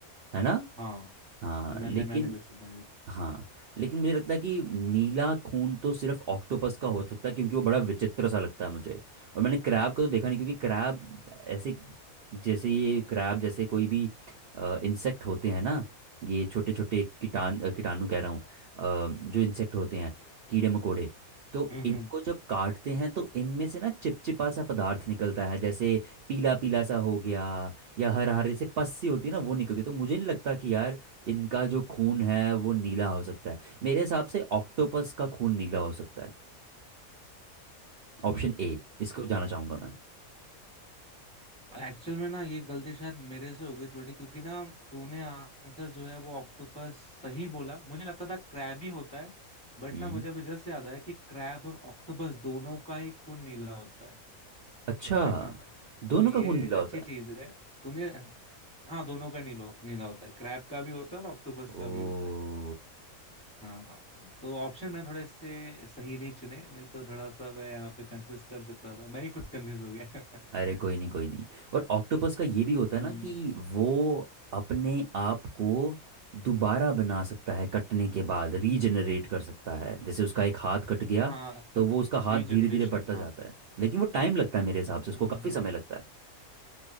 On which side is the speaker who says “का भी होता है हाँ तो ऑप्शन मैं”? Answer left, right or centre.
Centre